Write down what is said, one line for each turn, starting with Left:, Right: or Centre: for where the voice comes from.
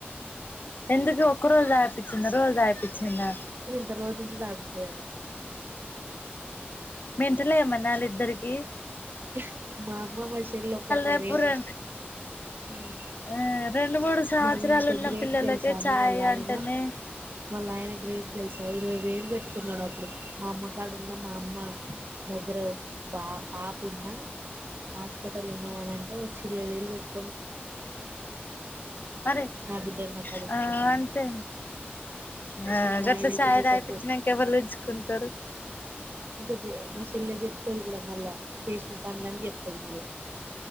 Left: ఎందుకు ఒక రోజు దాపిచ్చింది రోజు దాపించిందా
Right: రోజింత దాపిచ్చేదంట
Left: మెంటలా ఏమన్నా ఆళ్ళిద్దరికి
Right: హ్ మా అమ్మ మ షెల్ల లో ఒక్క
Left: రేపు
Right: రేదక్
Left: రె
Right: ఊమ్
Left: ఆ రెండు మూడు సంవత్సరాలు
Right: మళ్ళీ ఇంకా
Left: ఉన్న
Right: గ్రేట్
Left: పిల్లలకే
Right: తెలుసా
Left: ఛాయ్
Right: మీ వాళ్ళ
Left: అంటేనే
Right: ఆయన వాళ్ళ ఆయన గ్రేట్ తెలుసా ఇరవై వేలు వెట్టుకున్నడు అప్పుడు మా అమ్మగడు ఉన్న మా అమ్మ దగ్గర బ పాప్ వున్నా హాస్పిటల్ ఉన్నదనంటే వచ్చి ఇరవై వేలు వెట్టు
Left: అరె
Right: నా బిడ్డను నాకు అడుచుకుంటాను
Left: ఆ అంతే ఆ
Right: మరి మా
Left: గట్లా
Right: ఆయన అయితే
Left: ఛాయ్
Right: పెట్టకు
Left: దాగిపించినాక ఎవళ్ళు ఉంచుకుంటారు
Right: ఇంకా మా చెల్ల చెప్తది కూడా మళ్ళా చేసిన పండ్లన్నీ జెప్తది మళ్ళ